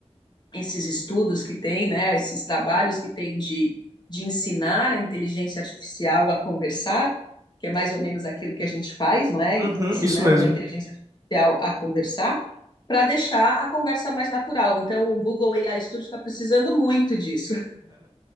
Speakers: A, on the left; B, on the right.
A: esses estudos que tem, né, esses trabalhos que tem de, de ensinar a inteligência artificial a conversar, que é mais ou menos aquilo que a gente faz, não é?
B: Uhum.
A: Ensinando
B: Isso mesmo.
A: a inteligência artificial a conversar, para deixar a conversa mais natural. Então, o Google AI Studio está precisando muito disso.